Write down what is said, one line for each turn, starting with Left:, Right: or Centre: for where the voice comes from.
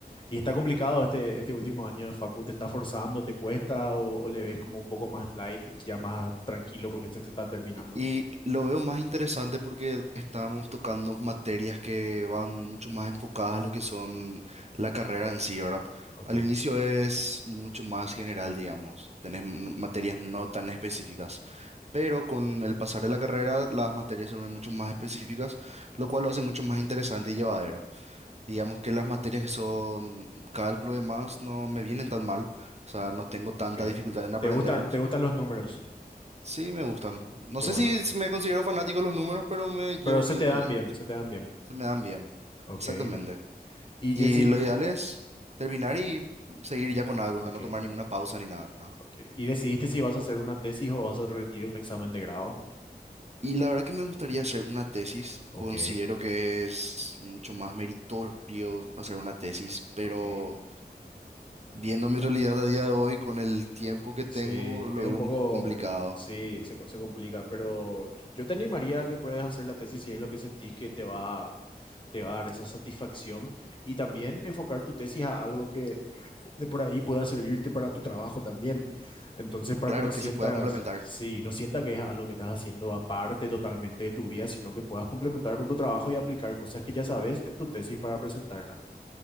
Left: y está complicado este, este último año de facu, ¿te está forzando, te cuesta o, o le ves como un poco más light, ya más tranquilo porque este te está terminando?
Right: Y lo veo más interesante porque estamos tocando materias que van mucho más enfocadas a lo que son la carrera en sí, ¿verdad?
Left: Ok,
Right: Al inicio es mucho más general, digamos. Tenés m- materias no tan específicas. Pero con el pasar de la carrera, las materias se vuelven mucho más específicas, lo cual lo hace mucho más interesante y llevadero. Digamos que las materias que son cálculo y demás no me vienen tan mal, o sea, no tengo tanta
Left: ok.
Right: dificultad en aprenderlos
Left: ¿Te gustan, te gustan los números?
Right: Sí, me gustan. No
Left: Qué
Right: sé
Left: bueno.
Right: si s- me considero fanático de los números, pero me llevo
Left: Pero se
Right: bien
Left: te dan
Right: con ellos.
Left: bien, se te dan bien.
Right: Se me dan bien.
Left: Ok.
Right: Exactamente.
Left: Y deci-
Right: Y lo ideal es terminar y seguir ya con algo,
Left: ok,
Right: o sea, no tomar ninguna pausa ni nada.
Left: ok. ¿Y decidiste si vas a hacer una tesis o vas a rendir un examen de grado?
Right: Y la verdad que me gustaría hacer una tesis.
Left: Ok,
Right: Considero que es mucho más meritorio hacer una tesis, pero
Left: ok.
Right: viendo mi realidad a día de hoy, con el tiempo que
Left: Sí,
Right: tengo, lo
Left: es
Right: veo
Left: un poco,
Right: un poco complicado.
Left: sí, se, co- se complica, pero yo te animaría a que pruebes a hacer la tesis si es lo que sentís que te va, te va a dar esa satisfacción y también enfocar tu tesis a algo que de por ahí pueda servirte para tu trabajo también. Entonces, para
Right: Claro
Left: que no sientas,
Right: que se pueda complementar.
Left: sí, no sienta que es algo que estás haciendo aparte totalmente de tu vida, sino que puedas complementar con tu trabajo y aplicar cosas que ya sabes en tu tesis para presentarla.